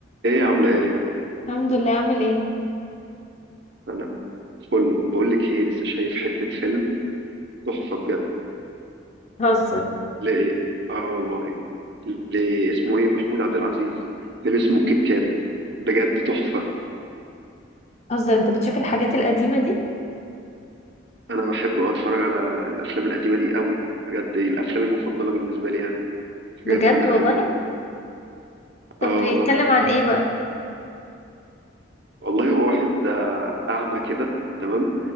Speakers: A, on the right (about 60°); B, on the left (about 35°).
A: ايه عاملة ايه؟
B: الحمد لله عامل ايه
A: انا فل بقول لك ايه لسه شايف حتة فيلم تحفة بجد
B: هزر
A: ليه اه والله ليه اسمه ايه محمود عبد العزيز فيلم اسمه كيت كات بجد تحفة
B: هزر انت بتشوف الحاجات القديمة دي
A: انا بحب أوي اتفرج على الافلام القديمة دي قوي بجد دي الافلام المفضلة بالنسبة لي يعني
B: بجد
A: حاجات كلها
B: والله
A: قديمة
B: طب
A: اه
B: بيتكلم
A: والله
B: عن ايه بقى
A: والله هو واحد آه، اعمى كده تمام